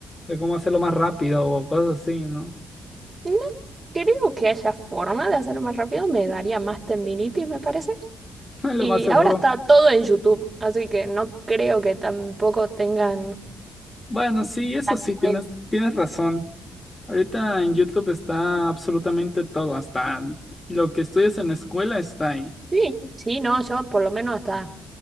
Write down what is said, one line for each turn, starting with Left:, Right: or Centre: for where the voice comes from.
Left: de cómo hacerlo más rápido o cosas así, ¿no?
Right: No creo que haya forma de hacerlo más rápido. Me daría más tendinitis, me parece.
Left: <laughs> Lo
Right: Y
Left: más seguro.
Right: ahora está todo en YouTube, así que no creo que tampoco tengan...
Left: Bueno, sí, eso
Right: Tan
Left: sí,
Right: nuevo.
Left: tienes, tienes razón. Ahorita en YouTube está absolutamente todo, hasta lo que estudias en la escuela está ahí.
Right: Sí, sí, no, yo por lo menos hasta